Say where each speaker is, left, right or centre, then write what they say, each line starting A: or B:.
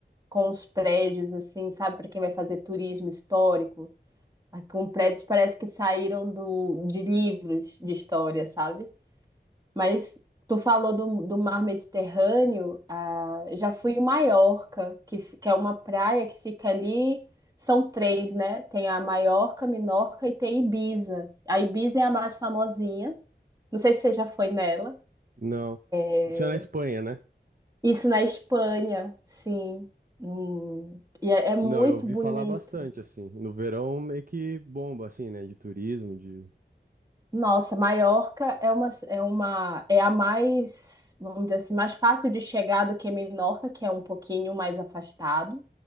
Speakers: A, on the right; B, on the right.
A: com os prédios, assim, sabe, para quem vai fazer turismo histórico, ah, com prédios parece que saíram do, de livros de história, sabe? Mas tu falou do, do Mar Mediterrâneo, ah, já fui em Maiorca, que, fi- que é uma praia que fica ali. São três, né? Tem a Maiorca, Minorca e tem Ibiza. A Ibiza é a mais famosinha. Não sei se você já foi nela.
B: Não.
A: É.
B: Isso é na Espanha, né?
A: Isso na Espanha, sim. Hum, E é, é muito
B: Não, eu ouvi
A: bonito.
B: falar bastante, assim. No verão meio que bomba, assim, né? De turismo, de.
A: Nossa, Maiorca é uma, é uma, é a mais, vamos dizer assim, mais fácil de chegar do que Menorca, que é um pouquinho mais afastado.